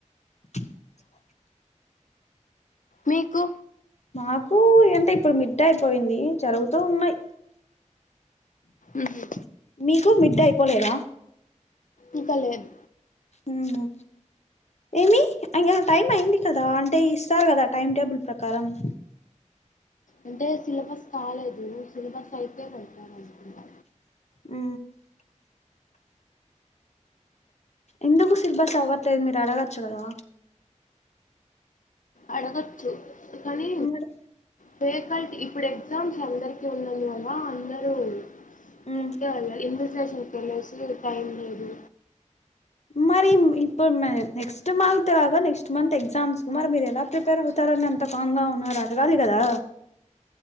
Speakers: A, on the left (about 60°); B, on the left (about 85°).
A: <inaudible>
B: మీకు
A: మాకు ఏంటే ఇప్పుడు మిడ్డ అయిపోయింది జరుగుతూ ఉన్నాయి
B: ఉహు
A: <inaudible> మీకు మిడ్ అయిపోలేదా
B: ఇంకా లేదు
A: ఉ ఏమి అ టైం అయింది కదా అంటే ఇస్తారు కదా టైమ్ టేబుల్ ప్రకారం <inaudible>
B: అంటే సిలబస్ కాలేదు సిలబస్ అయితే అనుకుంటా
A: ఉ ఎందుకు సిల్బస్ అవ్వట్లేదు మీరు అడగచ్చు కదా
B: అడగచ్చు కానీ
A: మరి
B: వేహకల్ట్ ఇప్పుడు ఎగ్జామ్స్ అందరికి ఉన్న కదా అందరూ <unintelligible>
A: మ్మ్
B: టైం లేదు
A: మరి ఇప్పుడు నెక్స్ట్ మంత్ గా నెక్స్ట్ మంత్ ఎగ్జామ్స్ మరి మీరు ఎలా ప్రిపేర్ అవుతారన్న ఎంత కామ్ గా ఉన్నారు అడగాలి కదా